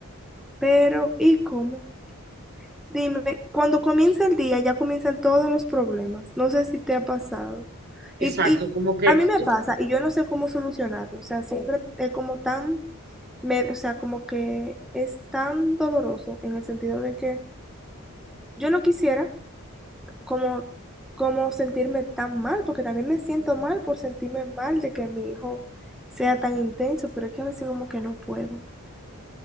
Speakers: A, in the centre; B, on the right.
A: pero ¿y cómo? Dime, cuando comienza el día ya comienzan todos los problemas. No sé si te ha pasado.
B: exacto,
A: Y, y
B: como que...
A: a mí me
B: tú,
A: pasa y yo no sé cómo solucionarlo. O sea, siempre es como tan, me, o sea, como que es tan doloroso en el sentido de que yo no quisiera como, como sentirme tan mal, porque también me siento mal por sentirme mal de que mi hijo sea tan intenso, pero es que a veces como que no puedo.